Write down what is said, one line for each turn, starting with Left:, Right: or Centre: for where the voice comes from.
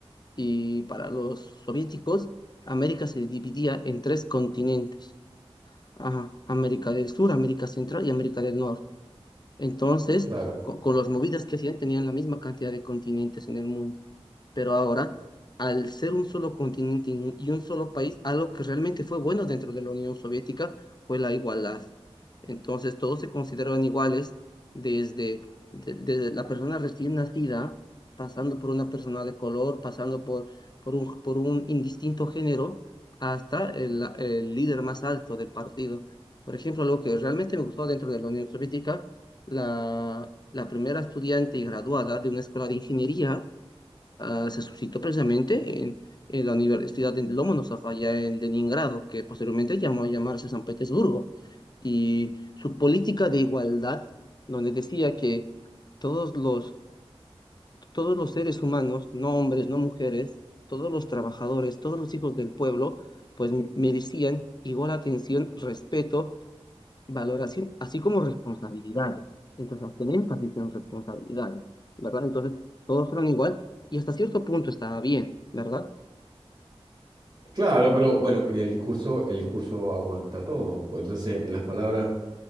Left: y para los soviéticos, América se dividía en tres continentes. Ajá, América del Sur, América Central y América del Norte. Entonces,
Right: Claro.
Left: co- con, las movidas que hacían, tenían la misma cantidad de continentes en el mundo. Pero ahora, al ser un solo continente y un y un solo país, algo que realmente fue bueno dentro de la Unión Soviética fue la igualdad. Entonces, todos se consideraban iguales desde, de- desde la persona recién nacida, pasando por una persona de color, pasando por, por un, por un indistinto género, hasta el, el líder más alto del partido. Por ejemplo, algo que realmente me gustó dentro de la Unión Soviética, la, la primera estudiante y graduada de una escuela de ingeniería, ah, se suscitó precisamente en, en la Universidad de Lomonosov, allá en Leningrado, que posteriormente llamó a llamarse San Petersburgo, y su política de igualdad, donde decía que todos los, todos los seres humanos, no hombres, no mujeres, todos los trabajadores, todos los hijos del pueblo, pues merecían igual atención, respeto Valoración, así como responsabilidades. Entonces, hacen énfasis en responsabilidades, ¿verdad? Entonces, todos fueron igual y hasta cierto punto estaba bien, ¿verdad?
Right: Claro, pero bueno, en el discurso, el discurso aguanta todo. Pues, Entonces, en las palabras,